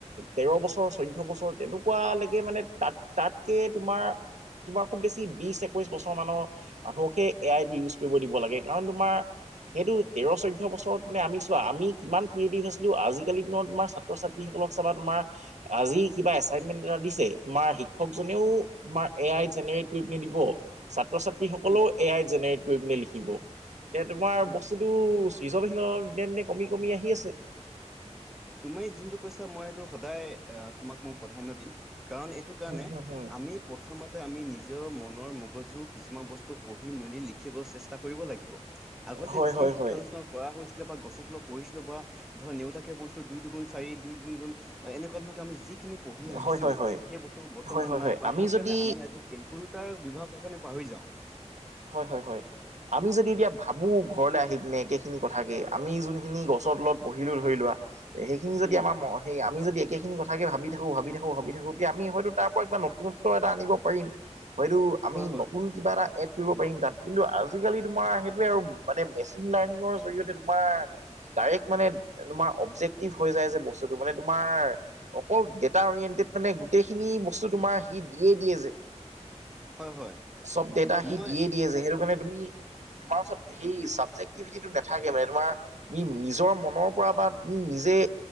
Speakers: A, on the right (about 75°); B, in the centre.
A: তেৰ বছৰ চৈধ্য বছৰ তেনেকুৱা লৈকে মানে তাত তাতকে তোমাৰ তোমাৰ খুব বেছি বিছ একৈছ বছৰ মানৰ মানুহকহে এ আই টো ইউজ কৰিব দিব লাগে। কাৰণ তোমাৰ সেইটো তেৰ চৈধ্য বছৰত মানে আমি চোৱা আমি কিমান ক্ৰিয়েটিভ আছিলো আজিকালিৰ দিনত তোমাৰ ছাত্ৰ -ছাত্ৰীসকলক চাবা তোমাৰ আজি কিবা এচাইনমেন্ট এটা দিছে তোমাৰ শিক্ষকজনেও তোমাৰ এ আই জেনেৰেট কৰি পিনে দিব ছাত্ৰ- ছাত্ৰীসকলেও
B: হম
A: এ আই জেনেৰেট। কৰি পনে লিখিব এতিয়া তোমাৰ
B: হম
A: বস্তুটো চিজন <unintelligible> দিনে- দিনে কমি -কমি আহি আছে।
B: তুমি যোনটো কৈছা মই সেইটো সদায় এহ তোমাক মই প্ৰাধান্য দিম। কাৰণ এ এইটো কাৰণে
A: হুম হুম হুম
B: আমি প প্ৰথমতে আমি নিজৰ মনৰ মগজু কিছুমান বস্তু পঢ়ি মেলি লিখিবলৈ চেষ্টা কৰিব লাগিব। আগতে
A: হয়
B: যি
A: হয়
B: শিক্ষানুষ্ঠানত
A: হয়
B: কৰা হৈছিলে বা গছত তলত পঢ়িছিলোঁ বা ধৰ নেউতাকে পঢ়িছিলোঁ। দুই দুগুণ চাৰি দুই তিনিগুণ এনেকুৱা ধৰনক আমি যি খিনি পঢ়ি আহিছিলোঁ
A: হয় হয় হয়
B: সেই বস্তুোৰ বৰ্তমান
A: হয় হয়
B: নাই
A: হয়
B: বা
A: আমি
B: সেই
A: যদি
B: কাৰণে আমি আজি কেলকুলেটাৰ বিভাগ কাৰণে পাহৰি যাওঁ।
A: হয়-হয়-হয়। আমি যদি এতিয়া ভাবো ঘৰলে আহি পিনে একেখিনি কথাকে আমি যোনখিনি গছৰ তলত পঢ়িলো ধৰি লোৱা সেইখিনি যদি
B: উম,
A: আমাৰ ম সেই আমি যদি একেখিনি কথাকে ভাবি থাকো ভাবি থাকো- ভাবি থাকো এতিয়া আমি হয়তো তাৰ পৰা কিবা নতুনত্ব এটা আনিব পাৰিম হয়তো আমি
B: হয় হয়,
A: নতুন কিবা এটা এড কৰিব পাৰিম তাত কিন্তু আজিকালি তোমাৰ সেইটোৱে আৰু মানে মেচিন লাৰ্ণিঙৰ জৰিয়তে তোমাৰ ডাইৰেক্ট মানে তোমাৰ অবজেক্টিভ হৈ যায় যে বস্তুটো মানে তোমাৰ অকল ডেটা অৰিয়েণ্টেড মানে গোটেইখিনি বস্তু তোমাৰ সি দিয়ে -দিয়ে যে
B: হয় হয়,
A: চব ডেটা সি
B: মই
A: দিয়েই দিয়ে যে সেইটো কাৰণে তুমি তোমাৰ ওচৰত সেই ছাবজেক্টিভিটিটো নাথাকে মানে তোমাৰ তুমি নিজৰ মনৰ পৰা বা তুমি নিজে